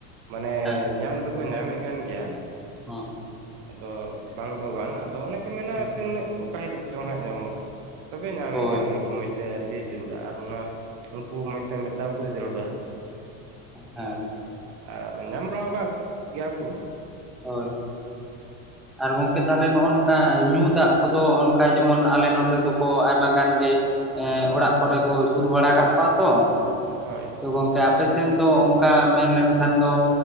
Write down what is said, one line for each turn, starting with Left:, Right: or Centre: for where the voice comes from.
Right: ᱢᱟᱱᱮ
Centre: ᱦᱮᱸ
Right: ᱧᱟᱢ ᱫᱚ ᱧᱟᱢᱮᱜ ᱠᱟᱱ ᱜᱮᱭᱟ᱾
Centre: <inaudible>
Right: ᱟᱫᱚ ᱵᱟᱝ ᱫᱚ ᱵᱟᱝ ᱟᱫᱚ ᱚᱱᱮ ᱠᱚ ᱢᱮᱱᱟ
Centre: ᱦᱩᱸ
Right: ᱛᱤᱱᱟᱹᱜ ᱚᱠᱟ ᱦᱤᱞᱳᱜ ᱪᱚᱝ ᱦᱟᱸᱜ ᱧᱟᱢᱚᱜ᱾ ᱛᱚᱵᱮ ᱧᱟᱢᱮ
Centre: ᱦᱳᱭ
Right: ᱠᱟᱱ ᱜᱤᱭᱟ ᱠᱩ ᱢᱚᱡᱽ ᱛᱮ ᱟᱹᱨᱡᱤ ᱡᱟᱹᱨᱩᱲᱟ ᱟᱨ ᱚᱱᱟ ᱩᱱᱠᱩ ᱢᱚᱡᱽ ᱛᱮ ᱢᱮᱛᱟᱣ ᱠᱩ ᱡᱟᱹᱨᱩᱲᱟ, ᱚᱱᱟᱝ
Centre: ᱦᱮᱸ
Right: ᱠᱟ᱾ ᱟᱨ ᱧᱟᱢ ᱵᱟᱲᱟᱣ ᱠᱟᱜ ᱜᱤᱭᱟ ᱠᱩ᱾
Centre: ᱦᱳᱭ᱾ ᱟᱨ ᱜᱚᱢᱠᱮ ᱛᱟᱦᱚᱞᱮ ᱱᱚᱜᱼᱚ ᱱᱚᱝᱠᱟ ᱧᱩ ᱫᱟᱜ ᱠᱚᱫᱚ ᱚᱱᱠᱟ ᱡᱮᱢᱚᱱ ᱟᱞᱮ ᱱᱚᱛᱮ ᱫᱚᱠᱚ ᱟᱭᱢᱟ ᱜᱟᱱ ᱜᱮ ᱮ ᱚᱲᱟᱜ ᱠᱚᱨᱮ ᱠᱩ ᱥᱩᱨ ᱵᱟᱲᱟ ᱠᱟᱜ ᱠᱚᱣᱟ ᱛᱚ᱾
Right: ᱦᱳᱭ᱾
Centre: ᱛᱚ ᱜᱚᱝᱠᱮ ᱟᱯᱮᱥᱱ ᱫᱚ ᱚᱝᱠᱟ ᱢᱮᱱᱞᱱᱠᱷᱟᱱ ᱫᱚ